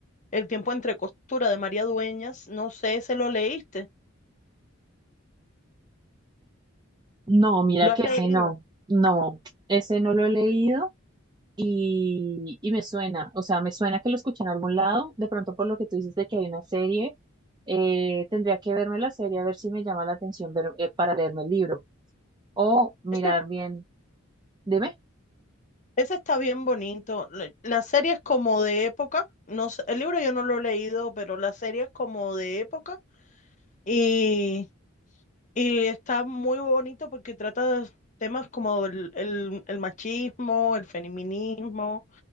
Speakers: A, on the left (about 35°); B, on the right (about 20°).
A: El tiempo entre costuras de María Dueñas. No sé ¿se lo leíste,
B: No, mira
A: lo has
B: que
A: leído.
B: ese no, no, ese no lo he leído y, y me suena, o sea, me suena que lo escuché en algún lado, de pronto por lo que tú dices de que hay una serie, eh, tendría que verme la serie a ver si me llama la atención ver- eh, para leerme el libro o mirar
A: Ese,
B: bien, dime.
A: ese está bien bonito. La, la serie es como de época. No sé, el libro yo no lo he leído, pero la serie es como de época y, y está muy bonito porque trata de temas como el, el el machismo, el feminismo.